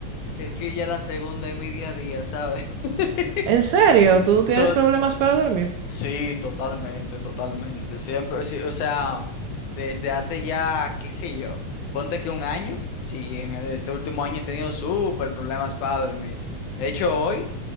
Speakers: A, on the left; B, on the right.
A: es que ya la segunda es mi día a día, ¿sabes? <laughs>
B: ¿En serio? ¿Tú tienes
A: To-
B: problemas para dormir?
A: sí, totalmente, totalmente. Siempre, sí, o sea, desde hace ya, qué sé yo, ponte que un año. Sí, en este último año he tenido súper problemas para dormir. De hecho, hoy.